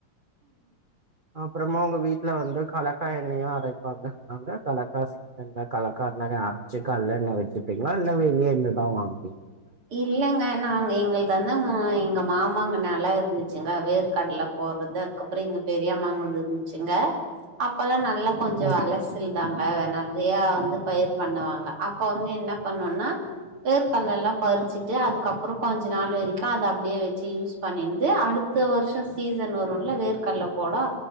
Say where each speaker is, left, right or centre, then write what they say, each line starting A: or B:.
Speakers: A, on the right (about 60°); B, on the right (about 80°).
A: அப்றமா உங்க வீட்ல வந்து கலக்கா எண்ணயு அரைப்பாங்க அங்க கலக்காசி ரெண்டா கலக்கார்னாவே அரச்சு கல்லென்ன வெச்சிப்பீங்ளா இல்ல வெளியேர்ந்து தா வாங்கு
B: இல்லங்க நாங்க எங்கள் தந்தாங்க அ எங்க மாமாங்க நெல இருந்துச்சுங்க வேர்க்கட்ல போற்றது அதுக்கப்ற இங்க பெரியாம்மா வந்துருந்துச்சு சிங்க அப்பலா நல்ல கொஞ்ச
A: ம்
B: வெலசில்தாங்க வேவ நற்யா வந்து பயிர் பண்ணுவாங்க அப்ப வந்து என்ன பண்ணுன்னா வேர்க்கல்லலா பறிச்சுட்டு அதுக்கப்ற கொஞ்ச நாள் வெரிக்கு அது அப்டியே வெச்சி யூஸ் பண்ணிந்து அடுத்த வர்ஷ சீச சன் வருல வேர்க்கல்ல போடோ